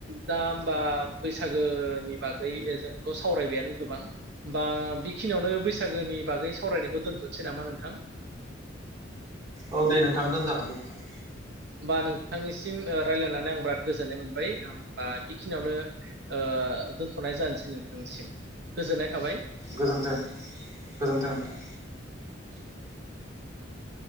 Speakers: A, on the right; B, on the right.
A: दा होमबा बैसागोनि बागै ओ जोंथ' सावरायबायानो गोबां होमबा बेखिनियावनो बैसागोनि बागै सावरायनायखौ दोनथ'नोसै नामा नोंथां?
B: औ दे नोंथां दोनजागोन दे नोंथां।
A: बा नोंथांनिसिम ओ रायलायनानै आं बिराद गोजोननाय मोनबाय। होमबा बेखिनियावनो ओ दोनथ'नाय जानोसै नोंथांनिसिम गोजोननाय थाबाय ।
B: गोजोनथों गोजोन्थों नोंथां।
A: <inaudible>